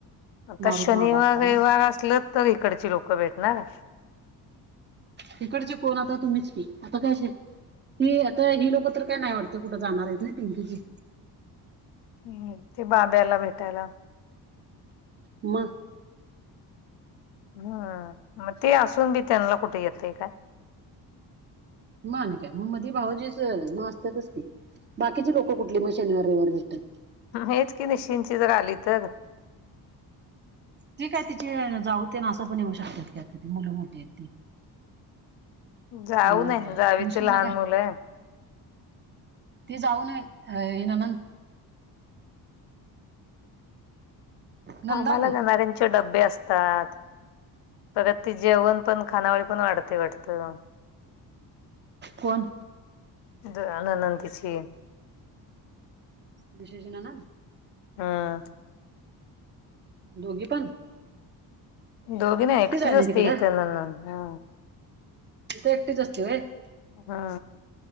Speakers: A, on the left; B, on the right.
A: आता
B: नारू
A: शनिवार
B: पण आला असता मग
A: रविवार असल तर इकडची लोकं भेटणार
B: तिकडचे कोण आता तुम्हीच की आता कायश आहे ती आता ही लोकं तर काय नाही वाटते कुठं जाणार आहेत ना पिंकूजी
A: हम्म ते बाब्याला भेटायला
B: मग
A: हम्म मग ते असून बी त्यांना कुठे येतंय काय
B: मा नाही काय मग मधी भाव जे म असतातच त बाकीचे लोकं कुठले मग शनिवार्यवार भेटतात
A: हेच की निश्चिंची जर आली तर
B: ठीकय तिची जाऊते ना असं पण येऊ शकतात काी आता मुलं मोठी आहेत ती
A: जाऊ
B: त्यांना
A: नये
B: काय
A: जावीचे
B: मिशूचा
A: लहान
B: काय
A: मुलं आहे
B: ती जाऊन नन नंदा
A: कामाला
B: ग
A: जाणाऱ्यांचे डबे असतात परग ती जेवण पण खानावळी पण वाढते वाटतं
B: कोण
A: जननंदीची
B: विशेषनानांद
A: हम्म
B: दोघ पन
A: दोघिन एक्ट
B: आहे ना
A: जोस्त
B: तिकडं
A: ेतलला हा
B: तिथे एकटीच असते बाय
A: हा